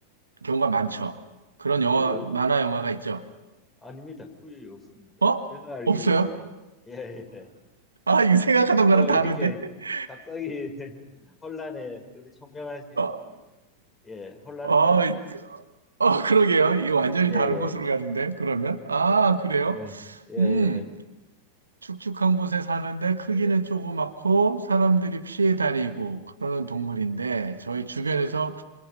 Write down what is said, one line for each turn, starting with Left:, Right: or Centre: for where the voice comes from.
Right: 경우가 많죠. 그런
Left: 어,
Right: 영화,
Left: 거의 없-
Right: 만화 영화가 있죠.
Left: 아닙니다. 거의 없습니다.
Right: 어?
Left: 제가 알기로는
Right: 없어요?
Left: 예, 예.
Right: 아, 이거 생각하던
Left: 뭐
Right: 거랑 다른데?
Left: 이렇게
Right: <laughs>
Left: 갑자기 <laughs> 혼란에 우리 총명하신
Right: 어,
Left: 분이 예, 혼란에
Right: 어,
Left: 빠지신 분이
Right: 어, 그러게요. 이거 완전히
Left: 예,
Right: 다른
Left: 예.
Right: 곳으로 가는데, 그러면?
Left: 그- 그러니까
Right: 아, 그래요?
Left: 뭐 예, 예,
Right: 음, 축축한 곳에 사는데 크기는
Left: 예,
Right: 조그맣고 사람들이 피해 다니고 그러는
Left: 예.
Right: 동물인데 저희 주변에서
Left: 뭐